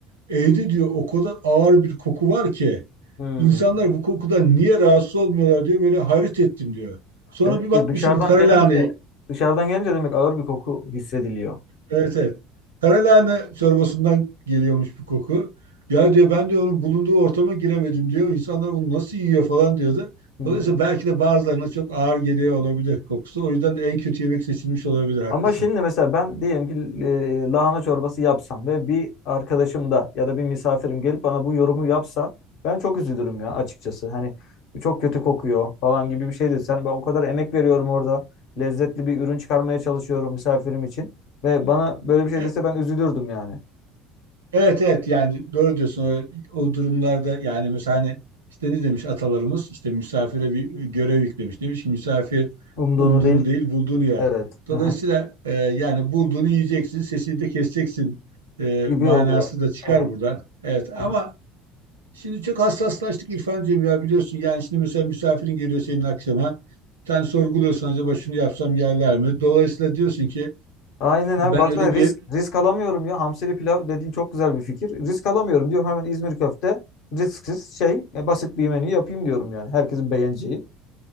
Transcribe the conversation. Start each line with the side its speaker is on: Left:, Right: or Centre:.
Right: Evde diyor o kadar ağır bir koku var ki
Left: Hmm.
Right: İnsanlar bu kokudan niye rahatsız olmuyorlar diyor. Böyle hayret ettim diyor. Sonra
Left: Demek
Right: bir
Left: ki
Right: bakmış
Left: dışarıdan
Right: ki bu karalahane
Left: gelince dışarıdan gelince demek ağır bir koku hissediliyor.
Right: evet evet. Karalahane çorbasından geliyormuş bu koku. Ya diyor ben diyor onun bulunduğu ortama giremedim diyor. İnsanlar bunu nasıl yiyor falan diyordu.
Left: Hmm.
Right: Dolayısıyla belki de bazılarına çok ağır geliyor olabilir kokusu. O yüzden de en kötü yemek seçilmiş olabilir haklısın.
Left: Ama şimdi mesela ben diyelim ki e, lahana çorbası yapsam ve bir arkadaşım da ya da bir misafirim gelip bana bu yorumu yapsa ben çok üzülürüm ya açıkçası. Hani bu çok kötü kokuyor falan gibi bir şey desen ben o kadar emek veriyorum orada. Lezzetli bir ürün çıkarmaya çalışıyorum misafirim için ve bana böyle bir şey
Right: E,
Left: dese ben üzülürdüm yani.
Right: Evet evet yani doğru diyorsun o, o durumlarda yani mesela hani işte ne demiş atalarımız işte misafire bir e, görev yüklemiş demiş ki misafir
Left: Umduğunu
Right: umduğunu
Left: değil.
Right: değil bulduğunu yer.
Left: Evet.
Right: Dolayısıyla
Left: Aha.
Right: e, yani bulduğunu yiyeceksin sesini de keseceksin e,
Left: Gibi
Right: manası
Left: oluyor.
Right: da çıkar
Left: Aha.
Right: buradan. Evet
Left: aha.
Right: ama şimdi çok hassaslaştık İrfancığım ya biliyorsun yani şimdi mesela misafirin geliyor senin akşama sen sorguluyorsun acaba şunu yapsam yerler mi? Dolayısıyla diyorsun ki
Left: Aynen
Right: ben
Left: abi baksana
Right: öyle bir
Left: risk risk alamıyorum ya. Hamsili pilav dediğin çok güzel bir fikir. Risk alamıyorum diyorum hemen İzmir köfte risksiz şey e, basit bir menü yapayım diyorum yani. Herkesin beğeneceği.